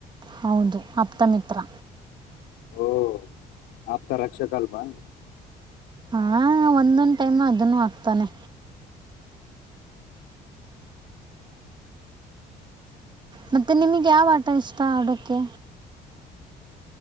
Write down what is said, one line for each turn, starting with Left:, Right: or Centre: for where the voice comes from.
Right: ಹೌದು ಆಪ್ತಮಿತ್ರ
Left: ಓ ಆಪ್ತ ರಕ್ಷಕ ಅಲ್ವಾ
Right: ಹಾ ಒಂದೊಂದ್ ಟೈಮ್ ಅದನ್ನು ಹಾಕ್ತಾನೆ. ಮತ್ತೆ ನಿಮ್ಗೆ ಯಾವ ಆಟ ಇಷ್ಟ ಆಡೋಕ್ಕೆ